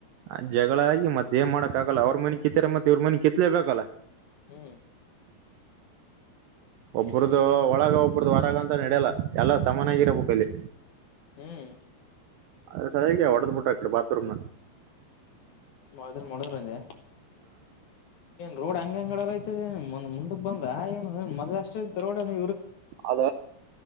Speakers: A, on the right; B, on the left.
A: ಆ ಜಗಳ ಆಗಿ ಮತ್ತ್ ಏನ್ ಮಾಡಕ್ ಆಗಲ್ಲ ಅವ್ರ ಮನೆ ಕಿತ್ತಾರೆ ಮತ್ತೆ ಇವ್ರ ಮನೆ ಕಿತ್ಲೇಬೇಕಲ್ಲ.
B: ಹ್ಮ್
A: ಒಬ್ರದದು ಒಳಗ ಒಬ್ಬ್ರದು ಹೊರಗ ಅಂತ ನಡೆಯಲ್ಲ ಎಲ್ಲ ಸಮಾನಾಗಿರಬೇಕಲ್ಲಿ.
B: ಹ್ಮ್
A: ಅ್ರ <unintelligible> ಬಿಟ್ಟಟ್ ಬಾತ್ರರೂಮನ
B: ಬಾತ್ರೂಂ ಮಾಡಿದ್ರಂಗೆ ರೋಡ್ ಹಂಗ್ ಅಂಗಡಲ್ಲ ಐತದಂದ್ ಮುಂದಕ್ ಬಂದ್ರ ಏನು ಮದ್ ಅಷ್ಟ ಐತೆ ರೋಡ ನೀವ
A: ಅದ